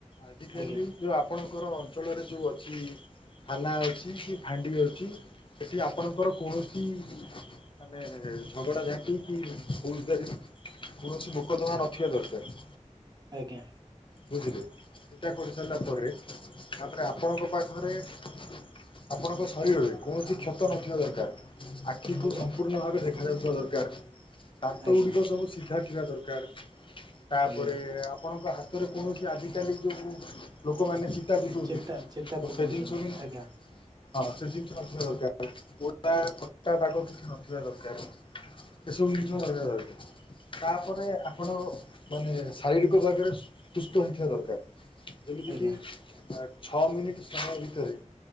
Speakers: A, on the left; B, on the right.
A: ଆଜିକାଲି
B: ଆଜ୍ଞା
A: ଯୋଉ ଆପଣଙ୍କର ଅଞ୍ଚଳରେ ଯୋଉ ଅଛି ଥାନା ଅଛି କି ଫାଣ୍ଡି ଅଛି ସେଠି ଆପଣଙ୍କର କୌଣସି ମାନେ ଝଗଡା ଝାଟି କି ଫୌଜଗାରୀ କୌଣସି ମୋକଦମା ନଥିବା ଦରକାର।
B: ଆଜ୍ଞା।
A: ବୁଝିଲେ ଚିଠା <inaudible> କରିସାରିଲା ପରେ ତାପରେ ଆପଣଙ୍କ ପାଖରେ <inaudible> ଆପଣଙ୍କ ଶରୀରରେ କୌଣସି କ୍ଷତ ନଥିବା ଦରକାର। ଆଖିକୁୁ
B: ଆଜ୍ଞା
A: ସମ୍ପୂର୍ଣ୍ଣ ଭାବେ ଦେଖା ଯାଉଥିବା ଦରକାର। ଦାନ୍ତ
B: ଆଜ୍ଞା
A: ଗୁଡିକ ସବୁ ସିଧା ଥିବା ଦରକାର। <inaudible> ତାପରେ
B: ଆଜ୍ଞା
A: ଆପଣଙ୍କ ହାତରେ କୌଣସି ଆଜିକାଲି ଯେଉଁ ଲୋକମାନେ ଶ ଏା ଟାଟୁ ତ
B: ଚିତା
A: <inaudible>
B: ଚିତା କୁଟଉଛନ୍ତି
A: ଫେଟିଂ ସବୁ <inaudible>
B: ଆଜ୍ଞା
A: ହଁ, ସେ ଜିନିଷ ନଥିବା ଦରକାର ପା କଟା ଦାଗ କିଛି ନଥିବା ଦରକାର। <inaudible> ଏସବୁ ଜିନିଷ ଆଲା ଲାଗେ <inaudible> ତାପରେ ଆପଣ ମାନେ ଶାରୀରିକ ଭାଗରେ ସୁସ୍ଥ ହେଇଥିବା ଦରକାର। ଯେମିତି
B: ଆଜ୍ଞା
A: <inaudible> କିି ଛଅ ମିନିଟ୍ ସମୟ ଭିତରେ